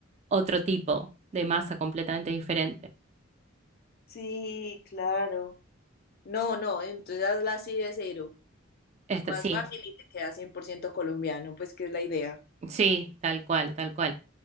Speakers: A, on the right (about 35°); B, on the left (about 50°).
A: otro tipo de masa completamente diferente.
B: Sí, claro. No, no, entonces la así de cero.
A: Esta,
B: Más
A: sí,
B: fácil y te queda 100% colombiano, pues que es la idea.
A: sí, tal cual, tal cual.